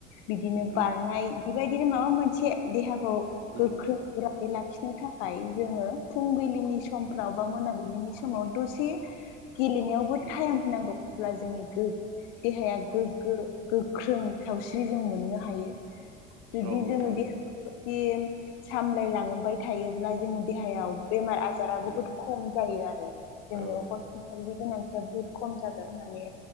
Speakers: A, on the left; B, on the right.
A: बिदिनो
B: उम
A: बारनाय बेबायदिनो माबा मोनसे देहाखौ
B: उम
A: गोख्रों लाखिनो थाखाय जोङो फुंबिलिनि समफ्राव
B: उम
A: बा मोनाबिलिनि समाव दसे गेलेनायावबो
B: उम
A: टाइम होनांगौ अब्ला जोंनि गो देहाया गोगो गोख्रों सावस्रि जों मोननो हायो। जुदि
B: औ
A: जोङो
B: नोंथां
A: देहाखौदि सामलाय लाङो बाय थायोब्ला जोंनि देहायाव बेमार आजारा
B: उम
A: बुहुत खम जायो आरो जोंनो।
B: औ
A: हस्पिटालनि गोनांथिया बुहुत खम जागोन माने